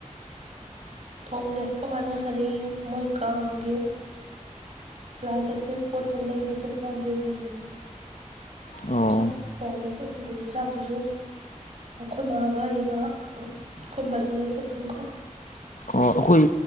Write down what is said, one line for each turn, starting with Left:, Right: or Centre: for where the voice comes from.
Right: ꯊꯣꯡꯗꯦ ꯈꯣꯢ ꯃꯥꯅ ꯉꯁꯥꯢꯗꯒꯤ ꯃꯣꯏ ꯀꯥꯡꯒꯤ ꯂꯥꯏ ꯀꯠꯄꯩ ꯄꯣꯠꯇꯣ ꯂꯩꯕ ꯆꯠꯄ ꯑꯗꯨ ꯂꯩ
Left: ꯑꯣ
Right: ꯆꯠꯇꯧ ꯂꯩꯕ ꯑꯗꯨꯗꯨꯒꯤ ꯆꯥꯛꯇꯨꯁꯨ ꯑꯩꯈꯣꯏ ꯃꯥꯥꯒ ꯑꯩꯒ ꯑꯩꯈꯣꯏ ꯕꯥꯖꯤꯒ ꯑꯩꯈꯣꯏ ꯑꯍꯨꯝꯈꯥꯛ
Left: ꯑꯣ ꯑꯩꯈꯣꯏ